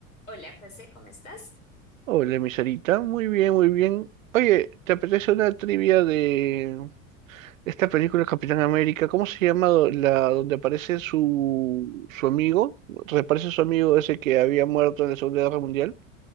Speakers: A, on the left; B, on the right.
A: Hola, José, ¿cómo estás?
B: Hola, mi Sarita. Muy bien, muy bien. Oye, ¿te apetece una trivia de esta película Capitán América? ¿Cómo se llama do- la donde aparece su, su amigo? Reaparece su amigo ese que había muerto en la Segunda Guerra Mundial.